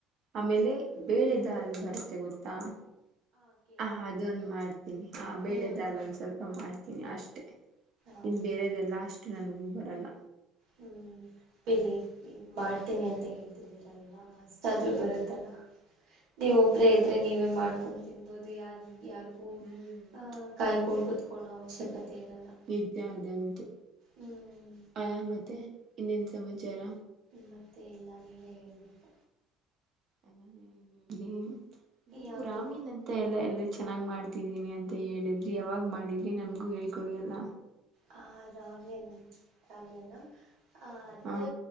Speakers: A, on the right; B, on the right.
A: ಆಮೇಲೆ
B: ಹ್ಮ್
A: ಬೇಳೆ ದಾಲ್ ಬರುತ್ತೆ ಗೊತ್ತ ಹಾ ಹಾ ಅದೊಂದು ಮಾಡ್ತೀನಿ ಹ ಬೇಳೆ
B: ಹ್ಮ್
A: ದಾಲ್
B: ಹ್ಮ್
A: ಒಂದ ಸ್ವಲ್ಪ ಮಾಡ್ತೀನಿ ನಿ ಅಷ್ಟೇ
B: ಹೌದಾ
A: ಇನ್ ಬೇರೆದೆಲ್ಲ ಅಷ್ಟು ನನ್ಗ ಹ ಬರಲ್ಲ
B: ಹ್ಮ್ ಪಿರಿ ಮಾಡ ಹರ್ತೀನಿ ಅಂತ ಹೇಳ್ತಿದ್ದೀರಲ್ವಾ ಅಷ್ಟಾದರೂ ಬರುತ್ತಲ್ಲ ನೀವು ಒಬ್ಬರೇ ಇದ್ದರೆ ನೀವೇ ಮಾಡ್ಕೊಂಡು ತಿನ್ಬೋದು ಯಾರು ಯಾರಿಗೂ
A: ಹ್ಮ್
B: ಅಹ ಕಾಯ್ಕೋೊಂಡ ಕುತ್ಕೋನೊ ಅವಶ್ಯಕತೆ ಇರಲ್ಲ
A: ಬಿತ್ಯಾದಂತು
B: ಹ್ಮ್
A: ಆಯ ಮತ್ತೆ ಇನ್ನೇನ್ ಸಮಾಚಾರ
B: ಮತ್ತೆ ಎಲ್ಲ ನೀವೇ ಹೇಳ್ಬೇಕು
A: ಅಲ್ಲಾ ನೀನ್ ನೀವು
B: ಯಾವುದು
A: ರಾಮೀನ್ ಅಂತ ಎಲ್ಲ ಎಲ್ಲ ಚೆನ್ನಾಗ್ ಮಾಡ್ತಿದ್ದೀನಿ ಅಂತ ಹೇಳಿದು ಯಾವಾಗ್ ಮಾಡಿದ್ರಿ ನಮಗು ಹ ಕುಡಿಯಲ್ಲ
B: ಹಾ ರಾಮ್ಯನ್ ರಾಮ್ಯನ್ ಹ ಅದು
A: ಹ